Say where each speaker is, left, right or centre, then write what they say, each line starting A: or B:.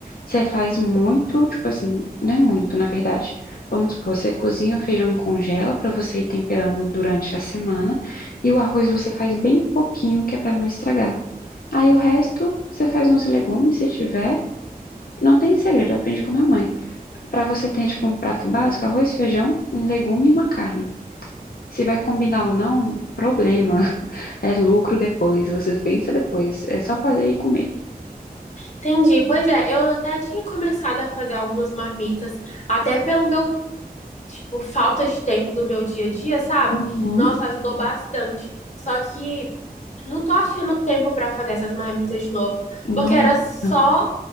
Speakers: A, on the left; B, on the left.
A: Você faz muito, tipo assim, não é muito, na verdade. Vamos supor, você cozinha o feijão e congela para você ir temperando durante a semana, e o arroz você faz bem pouquinho, que é para não estragar. Aí o resto, você faz uns legumes, se tiver. E Não tem segredo, aprende com a minha mãe. Pra você ter, tipo, um prato básico, arroz, feijão, um legume e uma carne. Se vai combinar ou não, problema. <laughs> É lucro depois, você pensa depois. É só fazer e comer.
B: Entendi. Pois é, eu até tinha começado a fazer algumas marmitas, até pelo meu, tipo, falta de tempo do meu dia a dia, sabe?
A: Uhum.
B: Nossa, ajudou bastante. Só que não tô achando tempo pra fazer essas marmitas de novo, porque
A: Nossa.
B: era só